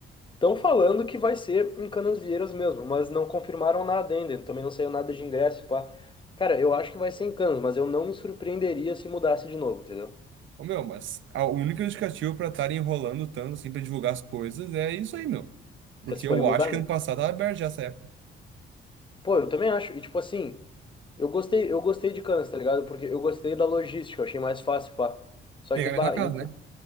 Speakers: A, on the left; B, on the right.
A: Estão falando que vai ser em Canasvieiras mesmo, mas não confirmaram nada ainda. Também não saiu nada de ingresso, pá. Cara, eu acho que vai ser em Canas, mas eu não me surpreenderia se mudasse de novo, entendeu?
B: Ô, meu, mas a única justificativa pra estarem enrolando tanto assim pra divulgar as coisas é isso aí, meu. Porque
A: É, Se forem
B: eu
A: mudar,
B: acho que
A: né?
B: ano passado tava aberto já essa época.
A: Pô, eu também acho. E tipo assim, eu gostei, eu gostei de Canas, tá ligado? Porque eu gostei da logística, eu achei mais fácil, pá. Só
B: Pegar
A: que, bah,
B: a mesma casa,
A: em
B: né?